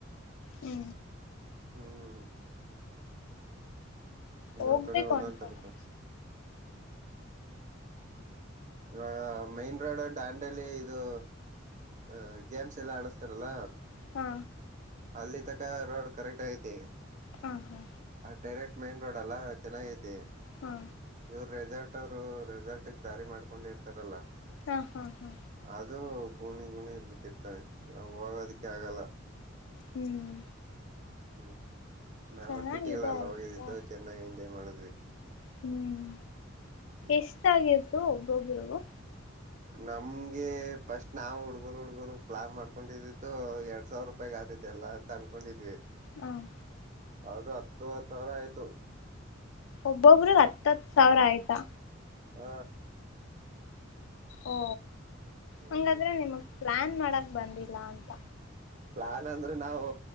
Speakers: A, on the left; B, on the right.
A: ಹ್ಮ
B: ಹ್ಮ್ ಒಂದೊಂದ್
A: ಹೋಗ್ಬೇಕು
B: ಕಡೆ ಒಂದೊಂದ್
A: ಒಂದಸಲ್
B: ತರ ತೋರ್ಸ ಇವಾಗ ಮೈನ್ ರೋಡ್ ಡಾಂಡಲಿ ಇದು. ಅ ಗೇಮ್ಸ್ ಎಲ್ಲ ಆಡಸ್ತಾರಲ್ಲ
A: ಹಾ
B: ಅಲ್ಲಿ ತಕ ರೋಡ್ ಕರೆಕ್ಟ್ ಐತಿ
A: ಹಾ ಹಾ
B: ಆ ಡೈರೆಕ್ಟ್ ಮೈನ್ ರೋಡ್ ಅಲ್ಲ ಚೆನ್ನಾಗ ಐತಿ
A: ಹಾ
B: ಇವರು ರೆಸಾರ್ಟ್ ಅವರು ರೆಸಾರ್ಟ್ ಟ್ಟಗ್ ದಾರಿ ಮಾಡ್ಕೊಂಡ ಇರ್ತಾರಲ್ಲಾ
A: ಹಾ ಹಾ ಹಾ
B: ಅದುೂ ಗುಣಿ ಗುಣಿ ಬಿದ್ದಿರ್ತವೆ ಇವಾಗ ಹೋಗೋದಕ್ಕೆ ಆಗಲ್ಲ
A: ಹ್ಮ್
B: ಹ್ಮ್ ನಾವು
A: ಚೆನ್ನಾಗಿದೆ
B: ಟಿಟಿ ಎಲ್ಲ ಎಲ್ಲ
A: ಅಲ್ವಾ
B: ಹೋಗಿದ್ ಚೆನ್ನಾಗಿ ಎಂಜಾಯ್ ಮಾಡಿದ್ವಿ
A: ಹ್ಮ್
B: ಹ್ಮ್
A: ಎಷ್ಟಆಗಿತ್ತ ಒಬ್ಬೊಬರಿಗೂ
B: ನಮ್ಗೆ ಫಸ್ಟ್ ನಾವ್ ಹುಡ್ಗರು ಹುಡ್ಗರು ಪ್ಲಾನ್ ಮಾಡ್ಕೊಂಡಿದಿತ್ತು ಎರಡ್ ಸಾವಿರ. ಉಪಗ ಆತೈತಿ ಎಲ್ಲ ಅಂತ ಅನ್ಕೊಂಡಿದ್ವಿ.
A: ಹ್ಮ್ಮ್
B: ಅದು ಹತ್ತವತ್ತು ಸಾವಿರ ಆಯ್ತು
A: ಒಬ್ಬೊ ಒಬ್ಬರಿಗೆ ಹತ ಹತ ಸಾವರ ಆಯತಾ
B: ಹ್ಮ
A: ಓ
B: ಹ್ಮ್
A: ಹಂಗಾದ್ರೆ ನಿಮಗ್ ಪ್ಲಾನ್ ಮಾಡಕ್ ಬಂದಿಲ್ಲ ಅಂತ
B: ಪ್ಲಾನ್ ಅಂದ್ರೆ ನಾವು